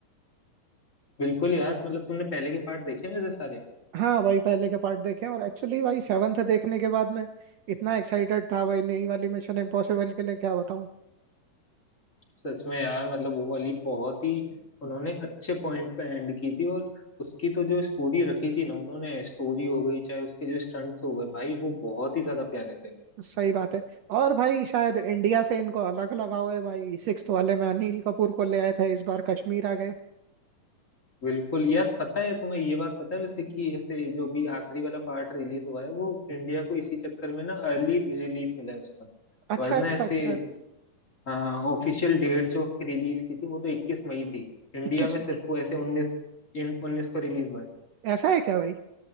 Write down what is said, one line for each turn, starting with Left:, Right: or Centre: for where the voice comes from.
Left: बिल्कुल यार मतलब तुमने पहले के पार्ट देखे वैसे सारे
Right: हाँ भाई पहले के पार्ट देखे हैं, और एक्चुअली भाई सेवन्थ देखने के बाद में इतना एक्साइटेड था भाई नई वाली मिशन इम्पॉसिबल के लिए क्या बताऊं
Left: सच में यार मतलब वो वाली बहुत ही उन्होंने अच्छे पॉइंट पे एंड की थी और उसकी तो जो स्टोरी रखी थी ना उन्होंने स्टोरी हो गई चाहे उसके जो स्टंट्स हो गए भाई वो बहुत ही ज्यादा प्यारे थे
Right: सही बात है और भाई शायद इंडिया से इनको अलग लगाव है भाई सिक्स्थ वाले में अनिल कपूर को ले आए थे इस बार कश्मीर आ गए
Left: बिल्कुल यार पता है तुम्हें ये बात पता है वैसे कि ऐसे जो भी आखिरी वाला पार्ट रिलीज हुआ है वो इंडिया को इसी चक्कर में ना अर्ली रिलीज मिला है उसका
Right: अच्छा
Left: वरना
Right: अच्छा
Left: ऐसे
Right: अच्छा
Left: हाँ, ऑफिशियल डेट जो उसकी रिलीज की थी वो तो 21 मई थी इंडिया
Right: इक्कीस
Left: में सिर्फ वो ऐसे 19 इन 19 को रिलीज हुआ है
Right: ऐसा है क्या भाई